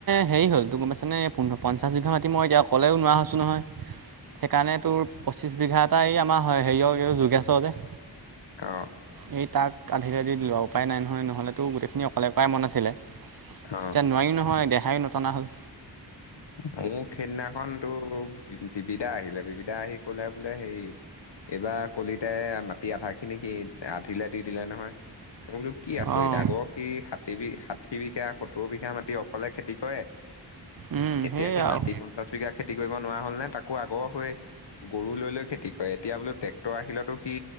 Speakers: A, on the right (about 55°); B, on the left (about 75°).
A: হেৰি হ'ল তটো গ'ম পাইছানে পোন্ধ পঞ্চাছ বিঘা মাটি মই এতিয়া অকলেও নোৱা হৈছোঁ নহয়। সেইকাৰণে তোৰ পঁচিছ বিঘা এটাই এই আমাৰ হেৰিয়ক এইটো যোগেছ যে।
B: অ'
A: সেই তাক আধিলে দি দিলো হয়, উপায় নাই নহয় নহ'লেতো গোটেইখিনি অকলে কৰাই মন আছিলে।
B: হয়।
A: এতিয়া নোৱাৰিও নহয়, দেহাই নটনা হ'ল।
B: মোৰ সেইদিনাখনতো ভিবদা আহিলে ভবিধা আহি ক'লে বোলে হেৰি। এইবাৰ কলিতাই মাটি আধা খিনি কি আধিলে দি দিলে নহয় মই বোলো। কি আচৰিত
A: অঁ
B: আগ সি ষাঠি বিঘা ষাঠি বিঘা সত্তৰ বিঘা মাটি অকলে খেতি কৰে।
A: উম
B: এতিয়া
A: সেয়াই
B: সি
A: আৰু
B: মাটি পঞ্চাশ বিঘা খেতি কৰিব নোৱাৰা হ'ল নে তাকো আগৰ হৈ। গৰু লৈ লৈ খেতি কৰে এতিয়া বোলো ট্ৰেক্টৰ আহিলতো সি